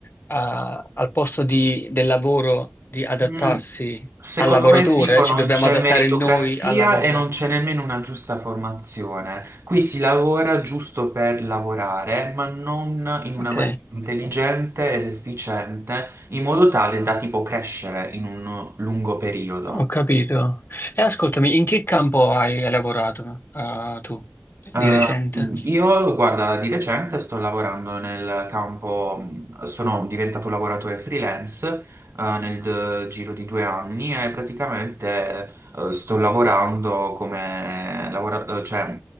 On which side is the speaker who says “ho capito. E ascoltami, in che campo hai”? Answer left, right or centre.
Left